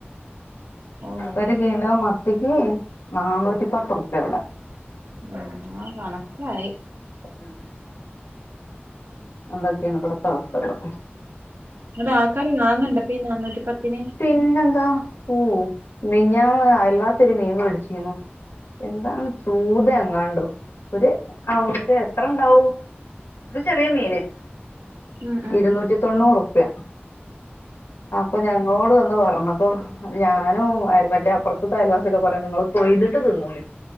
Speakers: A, on the right; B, on the left.
A: ഓഹ്
B: ഒരു കിലോ മത്തിക്ക് നന്നൂറ്റി പത്തുർപ്യ ഇവ്ടെ
A: ആഹ് കണക്കായി
B: ഉം ഉ അതെക്കേണ് ഇബട്ത്തെ അവസ്ഥകള്
A: ഇന്നട്ട് ആൾക്കാര് വാങ്ങ്ണ്ടപ്പൊ ഈ നാനൂറ്റി പത്തിന്
B: പിന്നെന്താ ഓ മിഞ്ഞാന്ന് അയൽവാസി ഒരു മീൻ വേടിച്ചീന്നു എന്താണ് ചൂത എങ്ങാണ്ടോ ഒര് അഹ് എത്ര ഇണ്ടാവും ഇത് ചെറിയ മീന്
A: ഉം ഉം
B: ഇരുന്നൂറ്റി തൊണ്ണൂറുപ്യ അപ്പൊ ഞ ന്നോട് വന്ന് പറഞ്ഞപ്പൊ ഞാനും അ മറ്റേ അപ്പർത്ത്ത്തെ അയൽവാസിയൊക്കെ പറയാണ് ഇങ്ങള് തൊയ്തിട്ട് തിന്നോളിം